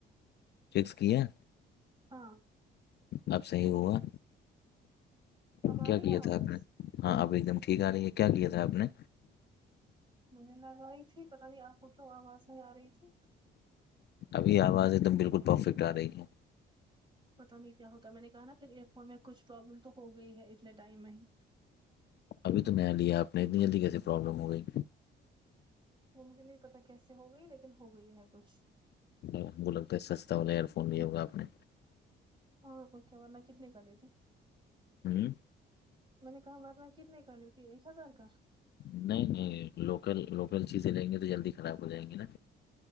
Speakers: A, on the left; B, on the right.
A: فکس کی ہے
B: ہاں
A: اب صحیح ہوا
B: اب آ
A: کیا
B: رہی
A: کیا
B: ہے
A: تھا
B: آواز
A: آپ نے ہاں اب ایک دم ٹھیک آ رہی ہے کیا کیا تھا آپ نے
B: مینے لگوایی تھی پتہ نہیں آپ کو کیوں آواز میں آ رہی تھی
A: ابھی آواز ایک دم بالکل پرفیکٹ آ رہی ہے
B: پتا نہیں کیا ہوتا میں نے کہا نا پھر ایئر فون میں کچھ پروابلم تو ہو گئی ہے اتنے ٹائم میں ہی
A: ابھی تو نیا لیا آپ نے اتنی جلدی کیسے پروابلم ہو گئی
B: وہ مجھے نہیں پتا کیسے ہو گئی لیکن ہو گئی ہے کچھ
A: وہ لگتا ہے سستا والا ایئر فون لیا ہوا آپ نے
B: ہاں اور کیا ورنہ کتنے کا لیتی
A: ہوں
B: میں نے کہا ورنہ کتنے کا لیتی ایک ہزار کا
A: نہیں نہیں لوکل لوکل چیزیں لیں گے تو جلدی خراب ہو جائیں گی نا